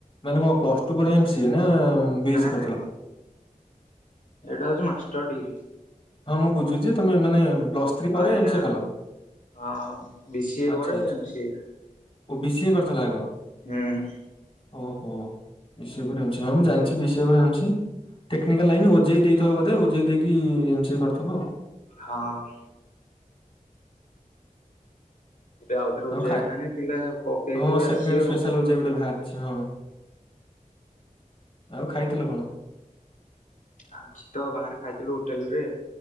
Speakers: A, on the left; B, on the left.
A: ମାନେ କଣ ପ୍ଲସ ଟୁ ପରେ ଏମସିଏ? ନା ନା ବିଏସି
B: ନାଇଁ
A: କରିସାରି
B: ନାଇଁ ଏଇଟା ହଉଚି ମାଷ୍ଟର ଡିଗ୍ରୀ।
A: ହଁ ମୁଁ ବୁଝୁଛି ଯେ ତମେ ମାନେ ପ୍ଲସ୍ ଥ୍ରୀ ପରେ
B: ଆଉ ଏଇଟା
A: ଏମ୍ C A call
B: a BCA
A: ଆଚ୍ଛା
B: ପରେ
A: ଆଚ୍ଛା
B: ଏମସିଏ।
A: ଓ ବିସିଏ କରିଥିଲ ଆଗ?
B: ହୁଁ।
A: ଓହୋ ବିସିଏ ପରେ ଏମସିଏ। ହଁ ମୁଁ ଜାଣିଛି ବିସିଏ ପରେ ଏମସିଏ। ଟେକ୍ନିକାଲ ଲାଇନ ଓଜେଇ ଦେଇଥିବା ବୋଧେ। ଓଜେଇ ଦେଇକି ଏମସିଏ କରିଥବ ଆଉ।
B: ହଁ ଆଉଥରେ ଓଜେଇ
A: ଆଉ ଖାଇ
B: ବାହାରିଲାଣି। ପିଲା ପକେଇଥିବେ
A: ହଁ ସେକେଣ୍ଡ
B: ଆସିବ
A: ସ୍ପେଶାଲ
B: ଆଉ।
A: ଓ ଜେ <unintelligible> ଆଉ ଖାଇଥିଲ କଣ?
B: ଆଜି ତ ବାହାରେ ଖାଇଥିଲୁ ହୋଟେଲ ରେ